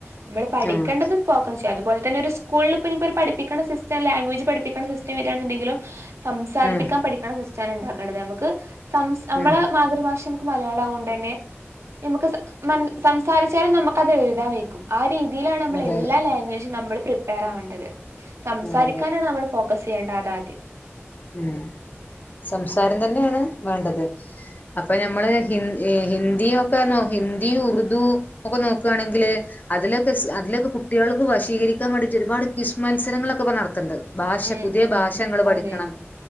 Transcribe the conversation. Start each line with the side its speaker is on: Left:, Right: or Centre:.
Right: നമ്മള് പഠിക്കേണ്ടത്
Left: ആഹ്
Right: സ്പോക്കൺസ് അതുപോലെ തന്നെ ഒരു സ്കുളിൽ ഇപ്പ ഇനി ഇപ്പൊരു പഠിപ്പിക്കണ സിസ്റ്റം ലാംഗ്വേജ് പഠിപ്പിക്കണ സിസ്റ്റം ഒക്കെ വരാന്നുണ്ടെങ്കിലും സംസാരിപ്പിക്കാൻ
Left: ഉം
Right: പഠിക്കണ സിസ് റ്റാണ് ഉണ്ടാക്കേണ്ടത് നമുക്ക് സംസ് നമ്മളെ
Left: ഉം
Right: മാതൃഭാഷ മലയാളം ആവോണ്ട് തന്നെ നമുക്ക് സംസാരിച്ചാലും നമുക്കത് എഴുതാൻ വെയ്ക്കും ആ രീതി ഇന്ത്യയിലാണ് നമ്മൾ
Left: അതെ
Right: എല്ലാ
Left: അതെ
Right: ലാംഗ്വേജും നമ്മൾ പ്രിപ്പയർ ആവേണ്ടത് സംസാരിക്കാനാണ്
Left: അതെ അതെ
Right: നമ്മള് ഫോ ക്കസ് ചെയ്യേണ്ടതാദ്യം
Left: ഉം സംസാരം തന്നെയാണ് വേണ്ടത് അപ്പൊ
Right: ഉം
Left: നമ്മള് ഹിന് ഏ ഹിന്ദ ഇ ഒക്കെ നോ ഹിന്ദി, ഉറുദു ഒക്കെ നോക്കുയാണെങ്കില് അതിലൊക്കെ സ് അതിലൊക്കെ കുട്ടികൾക്ക് വശീകരിക്കാൻ വേണ്ടിയിട്ട് ഒരുപാട് ക്വിസ് മത്സരങ്ങളൊക്കെ ഇപ്പം നടത്തുണ്ട്. ഭാഷ
Right: ഉം
Left: പുതിയ ഭാഷ
Right: ഉം
Left: ഇങ്ങള് പഠിക്കണം.
Right: അതെ